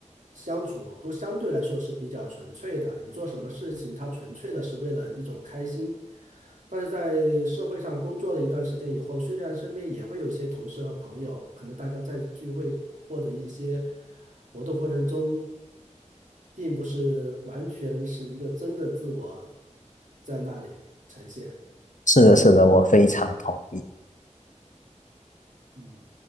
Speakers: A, on the right; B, on the left.
A: 相处都相对来说是比较纯粹的。你做什么事情，他纯粹的是为了一种开心。但是在社会上工作了一段时间以后，虽然身边也会有一些同事和朋友，可能大家在聚会或者一些活动过程中，并不是完全是一个真的自我在那里呈现。
B: 是的，是的，我非常同意。
A: 嗯。